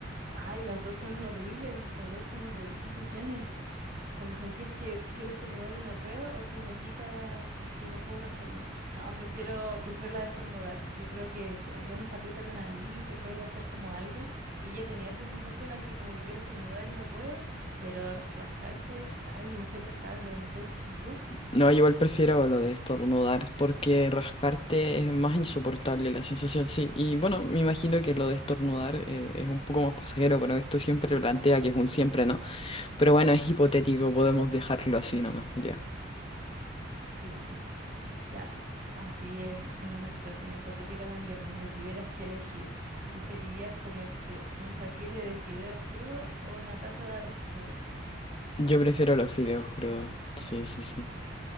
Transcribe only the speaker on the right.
ay, las dos son horribles, las dos son horribles sensaciones. como sentir que quiero estornudar y no puedo o que me pica y no puedo rascarme. No, prefiero, prefiero la de estornudar. Yo creo que como que uno se aprieta la nariz, se puede hacer como algo y ya tenía esa sensación así como que quiero estornudar y no puedo, pero rascarse, ay, insoportable, no sé. ¿Y tú?
Sí, sí. Ya, así en, en una situación hipotética también donde tuvieras que elegir, ¿preferirías comerte un paquete de fideos crudos o una taza de arroz crudo?